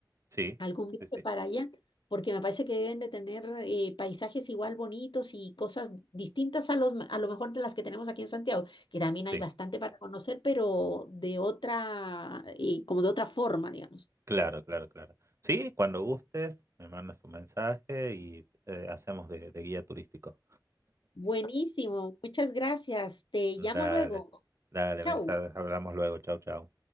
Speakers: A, on the right (about 40°); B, on the left (about 85°).
A: Sí,
B: algún viaje
A: sí, sí,
B: para allá, porque me parece que deben de tener eh, paisajes igual bonitos y cosas distintas a los, a lo mejor de las que tenemos aquí en Santiago, que también hay
A: sí,
B: bastante para conocer, pero de otra, eh, como de otra forma, digamos.
A: claro, claro, claro. Sí, cuando gustes, me mandas un mensaje y eh, hacemos de, de guía turístico.
B: Buenísimo, muchas gracias. Te
A: Dale,
B: llamo luego.
A: dale,
B: Chau.
A: Mirza, hablamos luego, chau, chau.